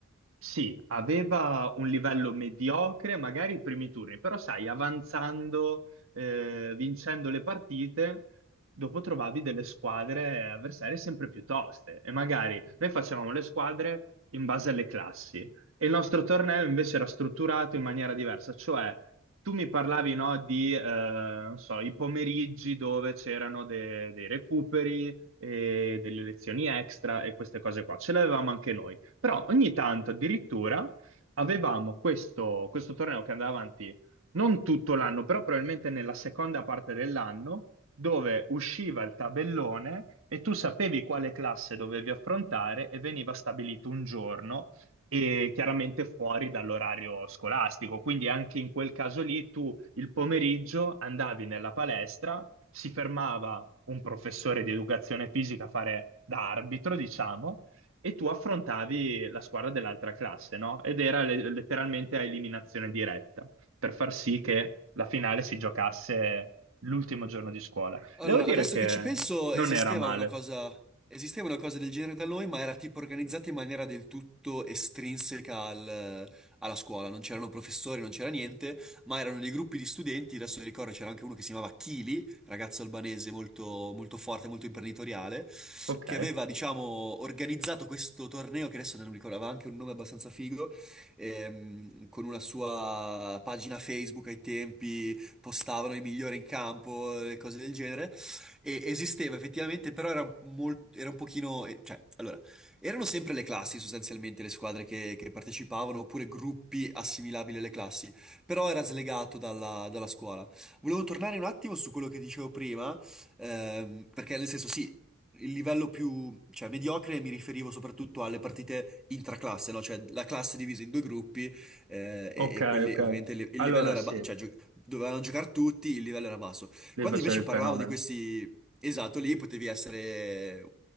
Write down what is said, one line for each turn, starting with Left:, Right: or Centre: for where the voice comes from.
Right: sì, aveva un livello mediocre, magari i primi turni, però sai, avanzando, eh, vincendo le partite, dopo trovavi delle squadre avversarie sempre più toste e magari noi facevamo le squadre in base alle classi. E il nostro torneo invece era strutturato in maniera diversa, cioè tu mi parlavi, no, di, eh, non so, i pomeriggi dove c'erano de- dei recuperi e delle lezioni extra e queste cose qua. Ce le avevamo anche noi. Però ogni tanto addirittura avevamo questo, questo torneo che andava avanti non tutto l'anno, però probabilmente nella seconda parte dell'anno, dove usciva il tabellone e tu sapevi quale classe dovevi affrontare e veniva stabilito un giorno e chiaramente fuori dall'orario scolastico. Quindi anche in quel caso lì tu il pomeriggio andavi nella palestra, si fermava un professore di educazione fisica a fare da arbitro, diciamo, e tu affrontavi la squadra dell'altra classe, no? Ed era le- letteralmente a eliminazione diretta per far sì che la finale si giocasse l'ultimo giorno di scuola. E
Centre: Allora,
Right: Devo dire
Centre: adesso
Right: che
Centre: che ci penso,
Right: non
Centre: esisteva
Right: era male.
Centre: una cosa, esisteva una cosa del genere da noi, ma era tipo organizzata in maniera del tutto estrinseca al- alla scuola. Non c'erano professori, non c'era niente, ma erano dei gruppi di studenti. Adesso mi ricordo c'era anche uno che si chiamava Kili, ragazzo albanese molto, molto forte, molto imprenditoriale,
Right: Ok,
Centre: che aveva, diciamo, organizzato questo torneo, che adesso non mi ricordo, aveva anche un nome abbastanza figo, ehm, con una sua pagina Facebook ai tempi postavano i migliori in campo, e cose del genere. E esisteva effettivamente, però era, mol- era un pochino... eh, Cioè, allora, erano sempre le classi sostanzialmente le squadre che, che partecipavano, oppure gruppi assimilabili alle classi, però era slegato dalla, dalla scuola. Volevo tornare un attimo su quello che dicevo prima, ehm, perché nel senso sì, il livello più, cioè, mediocre mi riferivo soprattutto alle partite intraclasse, no? Cioè la classe divisa in due gruppi eh,
Right: ok,
Centre: e, e quelli,
Right: ok.
Centre: ovviamente, il il
Right: Allora
Centre: livello era,
Right: sì,
Centre: ba- cioè, gio- dovevano giocare tutti, il livello era basso.
Right: lì
Centre: Quando
Right: facevi
Centre: invece
Right: il
Centre: parlavo
Right: fenomeno.
Centre: di questi esatto lì, potevi essere,